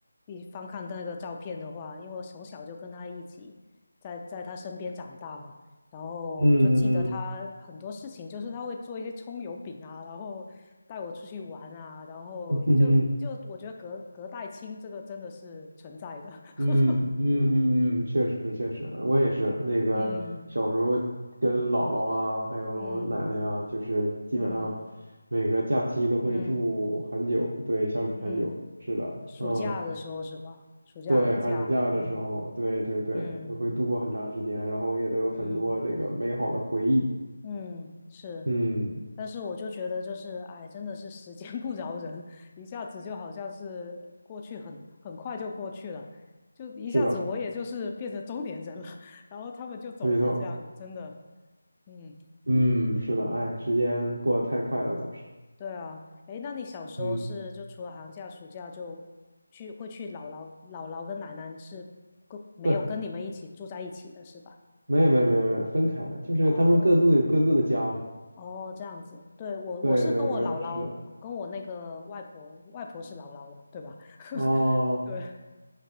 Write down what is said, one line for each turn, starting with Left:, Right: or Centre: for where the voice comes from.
Left: 一翻看那个照片的话，因为我从小就跟他一起在在他身边长大嘛，然后就记得他很多事情，
Right: 嗯嗯嗯
Left: 就是他会做一些葱油饼啊，然后带我出去玩啊，然后就就我觉得隔隔代亲这个真的是存在的，
Right: 嗯嗯嗯嗯，
Left: <laughs>
Right: 嗯嗯确实确实，我也是那个小时候跟姥姥啊，
Left: 嗯
Right: 还有奶奶啊，
Left: 嗯
Right: 就是基本上每个假期都会住很久，
Left: 嗯嗯嗯嗯。
Right: 对，相处很久，
Left: 嗯
Right: 是的，
Left: 暑假的时候是吧？
Right: 嗯。
Left: 暑假寒假，
Right: 对，寒暑假的时候，
Left: 嗯
Right: 对对对，
Left: 嗯
Right: 都会度过很长时间，然后也都有很多这个美好的回忆。
Left: 嗯嗯，是。
Right: 嗯，
Left: 但是我就觉得，就是哎，真的是时间不饶人，<laughs> 一下子就好像是过去很很快就过去了，就一下子我也就是变成中年人了，
Right: 是的，
Left: <laughs> 然后他们就走了，
Right: 没错。
Left: 这样真的，嗯
Right: 嗯，是的，
Left: 嗯，
Right: 哎，时间过得太快了，总是。
Left: 对啊。哎，那你小时候是就除了寒假、
Right: 嗯，
Left: 暑假就去会去姥姥姥姥跟奶奶是跟没有跟你们一起住在一起的是吧？
Right: 对，没有没有没有没有，分开了，就是他们各自有各自的家嘛。
Left: 哦，哦，这样子，对，我我是跟我姥姥，
Right: 对对对，是的。
Left: 跟我那个外婆，外婆是姥姥的，对吧？<laughs>
Right: 哦，
Left: 对，